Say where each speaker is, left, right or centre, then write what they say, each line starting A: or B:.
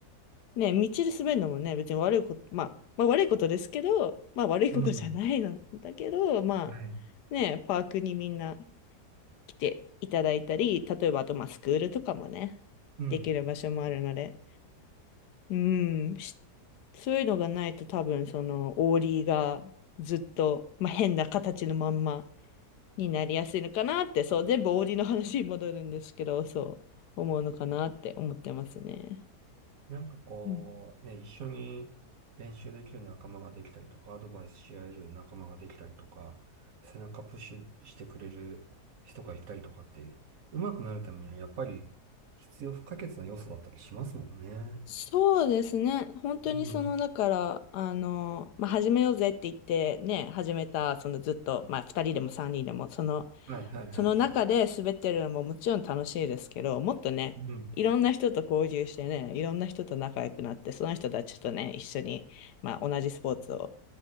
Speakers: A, on the left; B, on the right.
A: ね、道で滑るのもね、別に悪いこと、まあ、まあ悪いことですけど、まあ悪いことじゃないのだけど、
B: うん。
A: ま
B: はい。
A: あ、ね、パークにみんな来ていただいたり、例えばあと、まあスクールとかもね、
B: うん。
A: できる場所もあるので、うん、しそういうのがないと多分その、オーリーがずっと、まあ変な形のまんまになりやすいのかなって、そう、全部オーリーの話に戻るんですけど、そう。思うのかなって思ってますね。
B: なんかこう、
A: うん。
B: ね、一緒に練習できる仲間ができたりとか、アドバイスし合える仲間ができたりとか、背中プッシュしてくれる人がいたりとかって、上手くなるためにはやっぱり必要不可欠な要素だったりしますもんね。
A: そうですね。本当にその、
B: うん。
A: だから、あの、まあ、始めようぜって言って、ね、始めた、そのずっと、まあ、2人でも3人でも、その、
B: はいはいはいはい。
A: その中で滑ってるのももちろん楽しいですけど、もっとね、
B: うん。
A: いろんな人と交流してね、いろんな人と仲良くなって、その人たちとね、一緒に、まあ同じスポーツを、